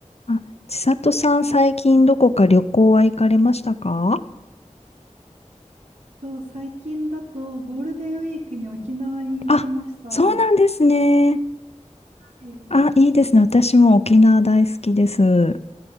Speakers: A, on the left; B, on the right.
A: あ、千里さん、最近どこか旅行は行かれましたか
B: と、最近だとゴールデンウィークに沖縄に行きました。
A: あ、
B: は
A: そうなんですね。
B: い。
A: あ、いいですね。私も沖縄大好きです。